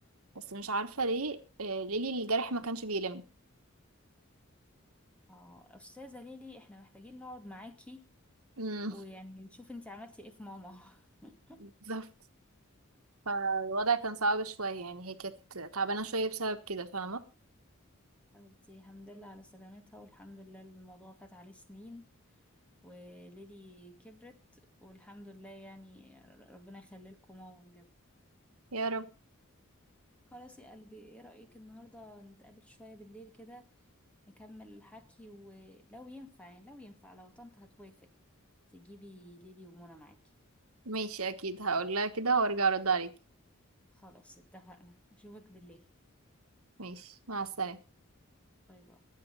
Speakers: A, on the right; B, in the centre.
A: بس مش عارفه ليه آه، ليلي الجرح ما كانش بيلم
B: اه أستاذة ليلي إحنا محتاجين نقعد معاكي
A: أمم،
B: ويعني نشوف أنت عملتي إيه في ماما <laughs>
A: بالظبط فالوضع كان صعب شويه يعني هي كانت تعبانه شويه بسبب كده فاهمه
B: حبيبتي الحمد لله على سلامتها والحمد لله الموضوع فات عليه سنين وليلي كبرت والحمد لله يعني ربنا يخلي لكم ماما بجد
A: يا رب
B: خلاص يا قلبي ايه رأيك النهارده نتقابل شوية بالليل كده نكمل الحكي ولو ينفع يعني لو ينفع لو طنط هتوافق تجيبي ليلي ومنى معاكي
A: ماشي اكيد هقول لها كده وارجع ارد عليك
B: خلاص اتفقنا اشوفك بالليل
A: ماشي مع السلامه
B: باي باي